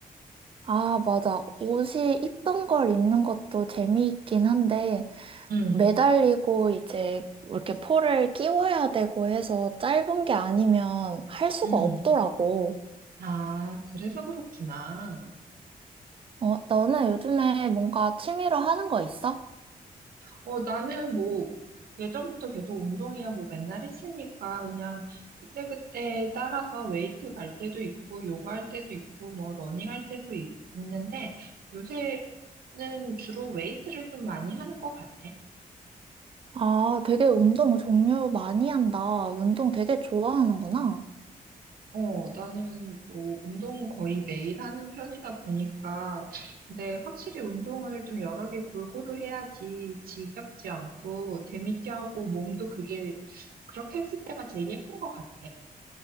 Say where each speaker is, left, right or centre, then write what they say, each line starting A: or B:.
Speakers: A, on the right; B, on the right.
A: 아, 맞아. 옷이 이쁜 걸 입는 것도 재미있긴 한데,
B: 응,
A: 매달리고 이제 이렇게 폴을 끼워야 되고 해서 짧은 게 아니면 할 수가
B: 응.
A: 없더라고.
B: 아, 그래서 그렇구나.
A: 어, 너는 요즘에 뭔가 취미로 하는 거 있어?
B: 어, 나는 뭐, 예전부터 계속 운동이야, 뭐 맨날 했으니까 그냥 그때그때 따라서 웨이트 갈 때도 있고, 요가 할 때도 있고, 뭐 러닝 할 때도 있, 는데 요새는 주로 웨이트를 좀 많이 하는 것 같아.
A: 아, 되게 운동 종류 많이 한다. 운동 되게 좋아하는구나.
B: 어, 나는 뭐 운동 거의 매일 하는 편이다 보니까, 근데 확실히 운동을 좀 여러 개 골고루 해야지 지겹지 않고 재밌게 하고 몸도 그게 그렇게 했을 때가 제일 예쁜 것 같아.